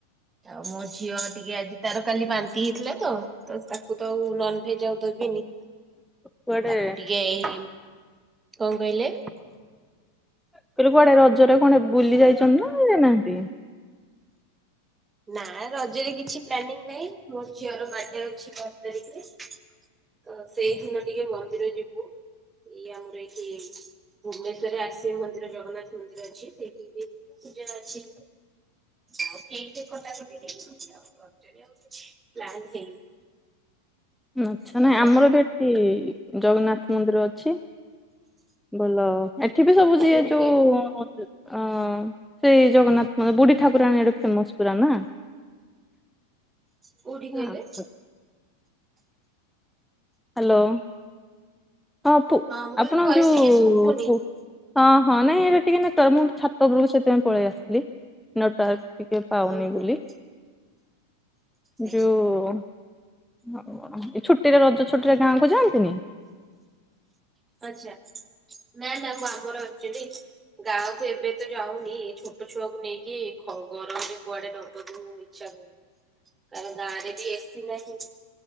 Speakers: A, on the right; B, in the centre.
A: ଆଉ ମୋ ଝିଅ ଟିକେ ଆଜି ତାର କାଲି ବାନ୍ତି ହେଇଥିଲା ତ। ତ ତାକୁ ତ ଆଉ ନନଭେଜ ଆଉ ଦେବିନି।
B: କୁଆଡେ
A: ତାକୁ ଟିକେଏଇ କଣ କହିଲେ?
B: ମୁଁ କହିଲି କୁଆଡେ ରଜରେ କଣ ବୁଲି ଯାଇଚନ୍ତି ନା ଯାଇନାହାନ୍ତି?
A: ନା ରଜରେ କିଛି ପ୍ଲାନିଂ ନାହିଁ ମୋର ଝିଅର ବାଡେ ଅଛି ବାର ତାରିଖରେ। ତ ସେଇଦିନ ଟିକେ ମନ୍ଦିର ଯିବୁ ଇଏ ଆମର ଏଇଠି ଭୁବନେଶ୍ୱରରେ ଆସିବ ମନ୍ଦିର ଜଗନ୍ନାଥ ମନ୍ଦିର ଅଛି ସେଠି ଟିକେ ଯିବୁ ପୂଜା ଅଛି। ଆଉ କେକ୍ କଟାକଟି ଟିକେ ହୋଉଛି ରଜ ରେ ଆଉ କିଛି ପ୍ଲାନ୍ ହେଇନି।
B: ନ ଛନାହି
A: ତମର
B: ଆମର ବି ଏଠି ଜଗନ୍ନାଥ ମନ୍ଦିର ଅଛି। ଭଲ ଏଠି ବି ସବୁ ଯିଏ
A: କୋଉଠି
B: ଯୋଉ
A: କହିଲେ
B: ଅ ସେଇ ଜଗନ୍ନାଥ ମନ୍ଦିର ବୁଢୀ ଠାକୁରାଣୀ ଏଠେ ଫେମସ ପୁରା ନା।
A: କୋଉଠି
B: ହ୍ୟାଲୋ।
A: କହିଲେ?
B: ହାଲୋ। ହଁ ପୁ
A: ମୁଁ କହିଲି
B: ଆପଣ
A: ଭଏସ୍
B: ଯୋଉ
A: ଟିକେ ଶୁଭୁନି।
B: ଉ ହଁ ହଁ ନାଇଁ ଏଇଟା ଟିକେ ନେଟୱର୍କ ମୁଁ ଛାତ ଉପରକୁ ସେଥିପାଇଁ ପଳେଇ ଆସିଥିଲି ନେଟୱାର୍କ ଟିକେ ପାଉନି
A: ଉଁ ହୁଁ
B: ବୋଲି।
A: ହୁଁ ଆଜ୍ଞା
B: ଯୋଉ ଆଉ କଣ ଛୁଟିରେ ରଜ ଛୁଟିରେ ଗାଁ କୁ ଯାଆନ୍ତିନି?
A: ଆଛା ନା ନା ମୁଁ ଆମ୍ବର ଆଚୁଆଲି ଗାଁ କୁ ଏବେ ତ ଯାଉନି ଏଇ ଛୋଟ ଛୁଆକୁ ନେଇକି ଖ ଗରମରେ କୁଆଡେ ନବାକୁ ଇଛା କରୁନି। କାରଣ ଗାଁ ରେ ବି ଏ ସି ନାହିଁ।